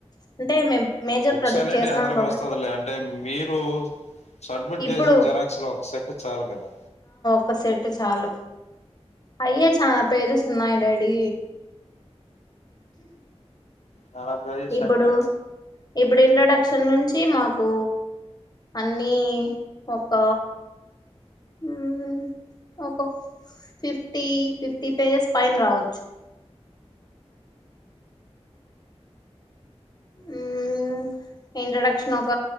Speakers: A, on the left; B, on the left.
A: అంటే మేం మేజర్
B: బుక్స్
A: ప్రాజెక్ట్
B: అనేటివి
A: చేసినాం
B: అందరికి
A: కాబట్టి
B: వస్తాదిలే అంటే మీరు సబ్మిట్
A: ఇప్పుడు
B: చేసే జిరాక్స్ లో ఒక సెట్ చాలు కదా
A: ఒక సెట్ చాలు అయే చాలా పేజెస్ ఉన్నాయి డాడీ
B: నానా ప్రదేశ
A: ఇప్పుడు
B: అంటే
A: ఇప్పుడు ఇంట్రడక్షన్ నుంచి మాకు అన్నీ ఒక మ్మ్ ఒక ఫిఫ్టీ ఫిఫ్టీ పేజెస్ పైన రావచ్చు మ్మ్ ఇంట్రొడక్షన్ ఒక